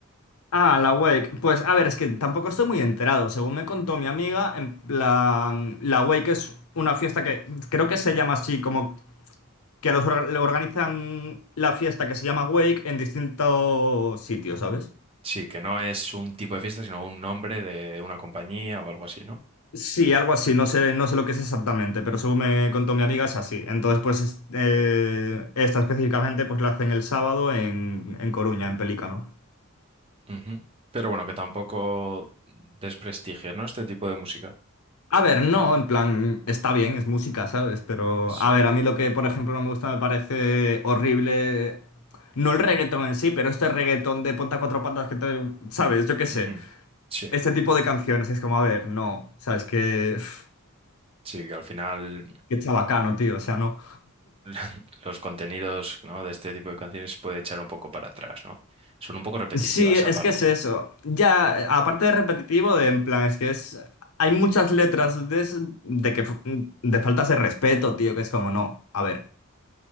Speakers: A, on the left; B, on the right.
A: Ah, la Wake. Pues a ver, es que tampoco estoy muy enterado. Según me contó mi amiga, en plan, la Wake es una fiesta que creo que se llama así como que los orga- le organizan la fiesta que se llama Wake en distintos sitios, ¿sabes?
B: Sí, que no es un tipo de fiesta, sino un nombre de una compañía o algo así, ¿no?
A: Sí, algo así, no sé, no sé lo que es exactamente, pero según me contó mi amiga es así. Entonces, pues es- eh, esta específicamente pues la hacen el sábado en, en Coruña, en Pelícano.
B: Ujú. Pero bueno, que tampoco desprestigie, ¿no? Este tipo de música.
A: A ver, no, en plan, está bien, es música, ¿sabes? Pero,
B: Sí.
A: a ver, a mí lo que, por ejemplo, no me gusta, me parece horrible, no el reggaetón en sí, pero este reggaetón de ponta cuatro patas que te, ¿sabes? Yo qué sé.
B: Ujú. Sí,
A: este tipo de canciones. y es como, a ver, no. O sea, es que. pf,
B: sí, que al final
A: Qué chabacano, tío. O sea, no.
B: <laughs> los contenidos, ¿no? de este tipo de canciones puede echar un poco para atrás, ¿no? Son un poco repetitivas
A: Sí, es
B: aparte.
A: que es eso. Ya, aparte de repetitivo, de en plan, es que es. Hay muchas letras de, es- de que f- de faltas de respeto, tío, que es como, no. A ver.